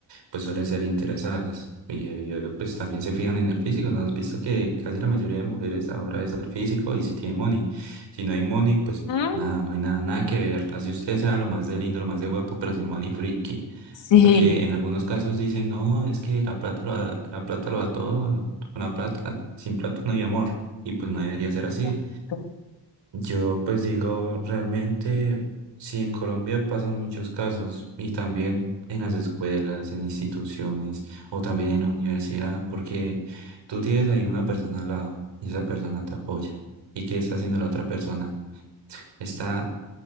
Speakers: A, on the right; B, on the left.
A: pues suelen ser interesadas y, eh, pues también se fijan en el físico, ¿no? Has visto que casi la mayoría de mujeres ahora es el físico y si tiene money, si no hay money, pues
B: Ujú.
A: nada, no hay nada, nada que ver, así usted sea lo más de lindo, lo más de guapo, pero sin money, friki.
B: Sí,
A: Porque en algunos casos dicen, no, es que la plata lo da- la plata lo da todo, con la plata, sin plata no hay amor y pues no debería ser así.
B: exacto.
A: Yo pues digo, realmente, si en Colombia pasan muchos casos y también en las escuelas, en instituciones o también en la universidad, porque tú tienes ahí una persona al lado y esa persona te apoya. ¿Y qué está haciendo la otra persona? Está,